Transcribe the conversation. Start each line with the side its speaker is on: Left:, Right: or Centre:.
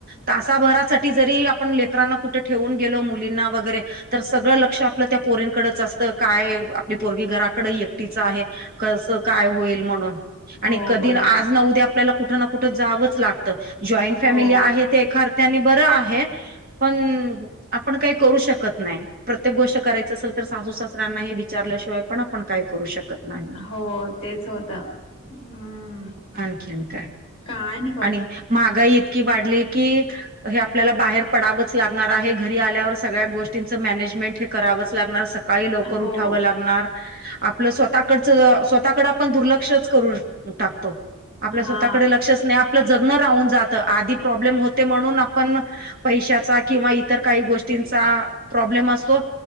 Right: तासाभरासाठी जरी आपण लेकरांना कुठे ठेवून गेलो मुलींना वगैरे तर सगळ लक्ष आपल त्या पोरींकडच असत. काय आपली पोरगी घराकडे एकटीच आहे. कस काय होईल म्हणून.
Left: हो
Right: आणि कधी
Left: बरोबर
Right: आज न उद्या आपल्याला कुठ ना कुठ जावच लागत. जॉईंट फॅमिली
Left: हो
Right: आहे ते एख त्यांनी बर आहे. पण आपण काही करू शकत नाही. प्रत्येक गोष्ट करायच असेल तर सासू सासऱ्यांना विचारल्याशिवाय पण आपण काय करू शकत नाही.
Left: हो तेच होत हम्म
Right: आणखीन काय?
Left: काय नाय
Right: आणि महागाई इतकी वाढली की, हे आपल्याला बाहेर पडाव लागणार आहे. घरी आल्यावर सगळ्याच गोष्टींच मॅनेजमेंट हे करावच लागणार. सकाळी लवकर
Left: हो
Right: उठाव लागणार. आपल स्वतःकडच स्वतःकड आपण दुर्लक्षच करून टाकतो. आपल
Left: हा
Right: स्वतःकडे लक्षच नाही. आपल जगण राहून जात. आधी प्रॉब्लेम होते म्हणून आपण पैशाचा किंवा इतर काही गोष्टींचा प्रॉब्लेम असतो.